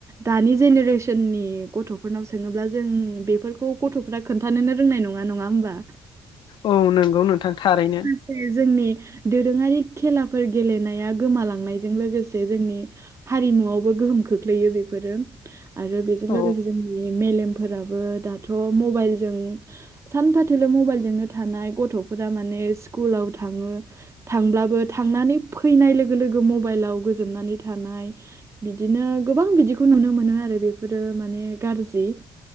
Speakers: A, on the right; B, on the left.
A: दानि जेनेरेसननि गथ'फोरनाव सोङोब्ला जों बेफोरखौ गथ' फ्रा खोनथानो रोंनाय नङा नोङा होमबा?
B: औ नंगौ नोंथां थारैनो।
A: फैयो जोंनि दोरोङारि खेलाफोर गेलेनाया गोमालांनायजों लोगोसे जोंनि हारिमुवआवबो गोहोम खोख्लैयो बेफोरो। आरो बेजों
B: औ
A: लोगोसे जोंनि मेलेमफोराबो दाथ' मबाइलजों सानफाथोलो मबाइलजोंनो थानाय गथ'फोरा माने स्कुलाव था थाङो थांब्लाबो थांनानै फैनाय लोगो लोगो मबाइलाव गोजोमनानै थानाय बिदिनो गोबां बिदिखौ नुनो मोनो आरो बेफोरो माने गाज्रि